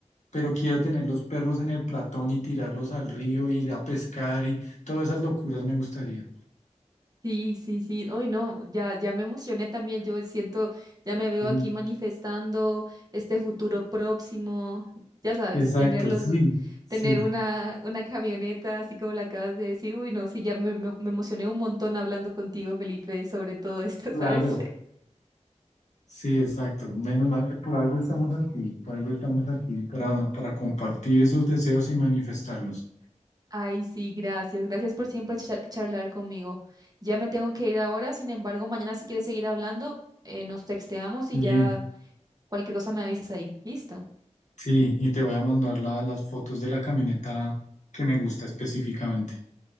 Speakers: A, on the left; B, on the right.
A: pero quiero tener los perros en el platón y tirarlos al río, ir a pescar y todas esas locuras me gustaría.
B: sí, sí, sí. Hoy no, ya, ya me emocioné también. Yo siento, ya me veo
A: Sí.
B: aquí manifestando este futuro próximo. Ya sabes,
A: Exacto,
B: tener los,
A: sí, sí.
B: tener una, una camioneta, así como la acabas de decir. Uy, no, sí, ya me, me, me emocioné un montón hablando contigo, Felipe, sobre todo esto,
A: Claro,
B: ¿sabes? <laughs>
A: sí, exacto. Menos mal, eh, por algo estamos aquí, por algo estamos aquí, para, para compartir esos deseos y manifestarlos.
B: Ay, sí, gracias. Gracias por siempre cha- charlar conmigo. Ya me tengo que ir ahora, sin embargo, mañana si quieres seguir hablando, eh, nos texteamos y
A: Sí,
B: ya cualquier cosa me avisas ahí. ¿Listo?
A: sí, y te voy a mandar la- las fotos de la camioneta que me gusta específicamente.